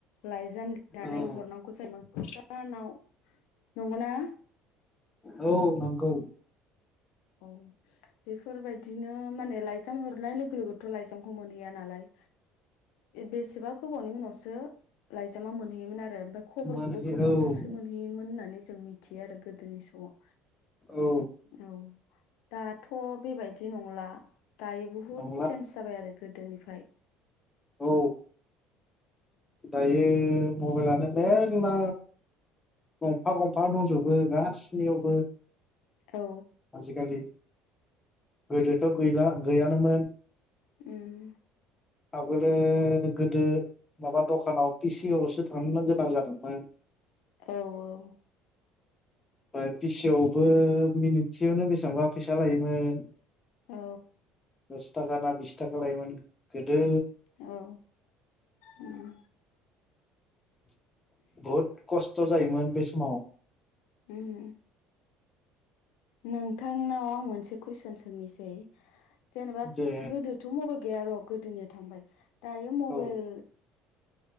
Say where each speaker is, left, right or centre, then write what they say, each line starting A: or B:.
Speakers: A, on the left; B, on the left.
A: लाइजाम नानै
B: औ
A: हरनांगौ जायोमोन। आनाव नंगौना?
B: औ नंगौ।
A: औ बेफोरबायदिनो माने लाइजाम हरनाय लोगो लोगोथ' लाइजामखौ मोनहैया नालाय। बेसेबा गोबावनि उनावसो रो लाइज जामा मोनहैयोमोन आरो ओमफ्राय खबरखौबो
B: मोनहैयो
A: गोबावजोंसो
B: औ
A: मोनहैयोमोन होननानै जों मिथियो आरो गोदोनि समाव
B: औ
A: औ। दाथ' बेबायदि नंला । दायो बुहुत
B: नंला
A: चेन्ज जाबाय आरो गोदोनि फाय ।
B: औ। दायो मबाइलानो मेरला गंफा गंफा दंजोबो गासैनियावबो ।
A: औ
B: आजिकालि गोदोथ' गैला गैया नो मोन।
A: ओम।
B: आवगोलो गोदो माबा दखानाव पि सि अ सो थांनो गोनां जादोंमोन।
A: औ औ।
B: ओमफाय पि सि अ बो मिनिट सेयावनो बेसेबांबा फैसा लायो मोन।
A: औ।
B: दस थाखा ना बिस थाखा लायोमोन। गोदो
A: औ ओम।
B: <inaudible> बहुत कस स्थ' जायोमोन बे समाव
A: ओम। नोंथां नाव आं मोनसे कुइसन सोंनोसै जेनेबा
B: जे
A: गोदोथ' मबाइल गैया र' गोदोनिया थांबाय। दायो मबाइल
B: औ